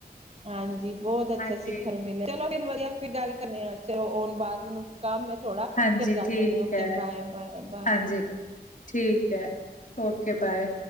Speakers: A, on the right (about 40°); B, on the left (about 50°).
A: ਹਾਂਜੀ ਬਹੁਤ ਅੱਛਾ
B: ਹਾਂਜੀ
A: ਸਿੱਖਣ ਨੂੰ ਮਿਲਿਆ ਚਲੋ ਫਿਰ ਵਧੀਆ ਗੱਲ ਕਰੇ ਆ ਚਲੋ ਆਉਣ ਬਾਰ ਮੈਨੂੰ ਕੰਮ ਥੋੜਾ
B: ਹਾਂਜੀ
A: ਫਿਰ ਗੱਲ
B: ਠੀਕ
A: ਕਰਨੇ ਆ ਓਕੇ
B: ਹੈ
A: ਬਾਏ-ਬਾਏ, ਬਾਏ।
B: ਹਾਂਜੀ ਠੀਕ ਹੈ ਓਕੇ ਬਾਏ।